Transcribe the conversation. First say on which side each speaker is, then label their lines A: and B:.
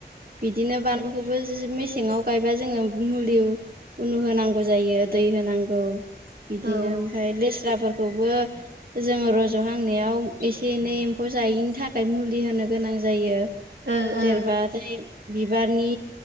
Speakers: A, on the right (about 55°); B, on the right (about 80°).
A: बिदिनो बानलु खौबो मेसेङाव गायबा जोङो मुलि उ उनु होनांगौ जायो दै होनांगौ बिदिनो
B: औ
A: ओमफ्राय लेस्राफोरखौबो जोङो रज'हांनायाव एसे एनै एम्फौ जायैनि थाखाय मुलि होनो गोनां जायो
B: ओं ओं
A: देरबाथाय बिबारनि